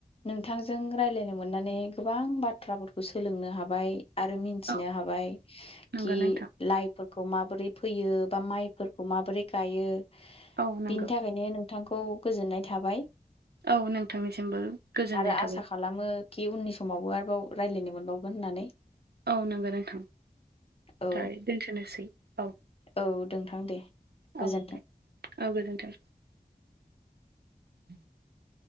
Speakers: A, on the left; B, on the right.
A: नोंथांजों रायलायनो मोननानै गोबां बाथ्राफोरखौ सोलोंनो हाबाय। आरो मिन्थिनो
B: औ
A: हाबाय
B: नंगौ
A: खि
B: नोंथां
A: लाइफोरखौ माबोरै फैयो बा माइफोरखौ माबोरै गायो
B: औ नंगौ
A: बिनि थाखायनो नोंथांखौ गोजोननाय थाबाय‌।
B: औ नोंथांनिसिमबो गोजोननाय
A: आरो आसा
B: थाबाय।
A: खालामो खि उननि समावबो आरोबाव रायलायनो मोनबावगोन होननानै
B: औ नोंगो नोंथां
A: औ
B: दाय दोनथ'नोसै औ।
A: औ नोंथां दे
B: औ
A: गोजोन्थों।
B: दे औ गोजोनथों। <inaudible>